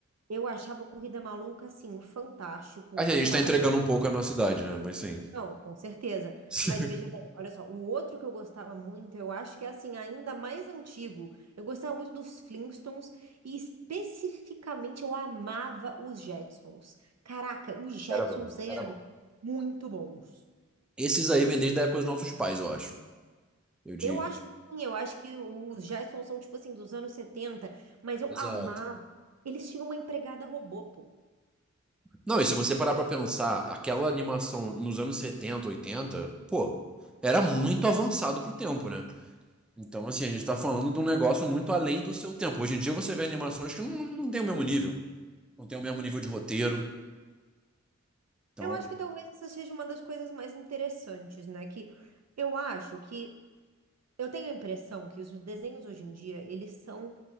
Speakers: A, on the right (about 60°); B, in the centre.
A: Eu achava Corrida Maluca, assim, fantástico.
B: Acho
A: Gostava
B: que a gente tá entregando um pouco a nossa idade, né? Mas sim.
A: Não, com certeza.
B: <laughs>
A: Mas veja bem, olha só, o outro que eu gostava muito, eu acho que é assim, ainda mais antigo. Eu gostava muito dos Flintstones e especificamente eu amava os Jetsons. Caraca, os Jetsons
B: Era bom,
A: eram
B: era bom.
A: muito bons.
B: Esses aí vêm desde a época dos nossos pais, eu acho. Eu digo.
A: Eu acho que sim, eu acho que os Jetsons são tipo assim dos anos 70, mas eu
B: Exato.
A: amava. Eles tinham uma empregada robô, pô.
B: Não, e se você parar pra pensar, aquela animação nos anos 70, 80, pô, era muito avançado pro tempo, né? Então, assim, a gente tá falando de um negócio muito além do seu tempo. Hoje em dia você vê animações que não, não tem o mesmo nível. Não tem o mesmo nível de roteiro. Então,
A: Eu acho que talvez essa seja uma das coisas mais interessantes, né? Que eu acho que Eu tenho a impressão que os desenhos hoje em dia, eles são